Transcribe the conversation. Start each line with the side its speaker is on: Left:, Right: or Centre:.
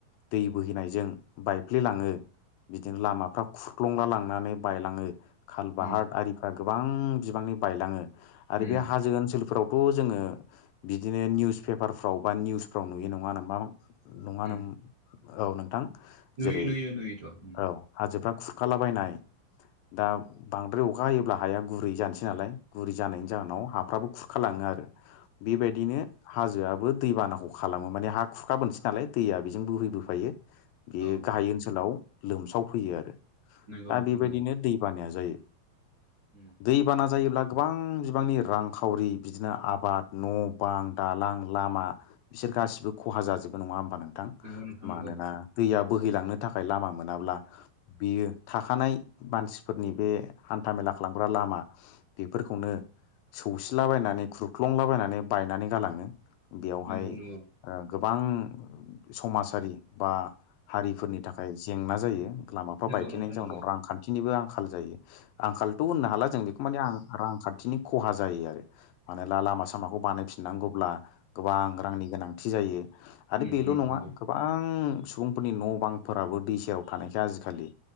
Left: दै बोहैनायजों बायफ्लेलाङो। बिदिनो लामाफ्रा खुरख्लंला लांनानै बायलाङो। खालबाहार
Right: उम
Left: आरि गोबां बिबांनि बायलाङो आरो
Right: उम
Left: बे हाजो ओनसोलफोरावथ' जोङो। बिदिनो निउस पेपारफ्राव बा निउसफ्राव नुयो नङानामा नङानो
Right: उम
Left: औ नोंथां
Right: नुयो
Left: जेरै
Right: नुयो नुयोथ' उम
Left: औ। हाजोफ्रा
Right: नंगौ
Left: खुरखालाबायनाय दा
Right: उम
Left: बांद्राय अखा हायोब्ला हाया गुरै जानोसै नालाय। गुरै जानायनि
Right: उम
Left: जाहोनाव हाफ्राबो खुरखालाङो आरो बेबायदिनो हाजोआबो दैबानाखौ खालामो माने हा खुखाबोनोसै नालाय दैया बेजों बोहैबोफायो। बियो
Right: औ
Left: गाहाय
Right: औ
Left: ओनसोलाव लोमसाव फैयो आरो।
Right: नंगौ
Left: दा
Right: नोंथां
Left: बेबायदिनो
Right: नंगौ
Left: दै बानाया जायो।
Right: उम।
Left: दैबाना जायोब्ला गोबां बिबांनि रांखावरि बिदिनो आबाद न' बां दालां लामा बिसोर गासिबो खहा जाजोबो नङा होमबा नोंथां
Right: नंगौ नोंथां नंगौ
Left: मानोना दैया बोहैलांनो थाखाय लामा मोनाब्ला बियो थाखानाय मानसिफोरनि बे हान्थामेला खालामग्रा लामा। बेफोरखौनो सौसिलाबायनानै ख्रुब ख्लंलाबायनानै
Right: उम
Left: बायनानै गालाङो बेयावहाय
Right: नंगौ नंगौ
Left: ओ गोबां समाजारि बा हारिफोरनि थाखाय जेंना जायो लामाफ्रा
Right: नंगौ
Left: बायथेनायनि
Right: नोंथां नंगौ
Left: जाउनाव रांखान्थिनिबो आंखाल जायो। आंखालथ' होननो हाला जों बेखौ माने आं रांखान्थिनि खहा जायो आरो मानोला लामा सामाखौ बानाय फिनांगौब्ला गोबां रांनि गोनांथि जायो आरो
Right: उम
Left: बेल'
Right: उम
Left: नङा।
Right: नंगौ
Left: गोबां सुबुंफोरनि न' बांफोराबो दै सेराव थानायखाय आजिखालि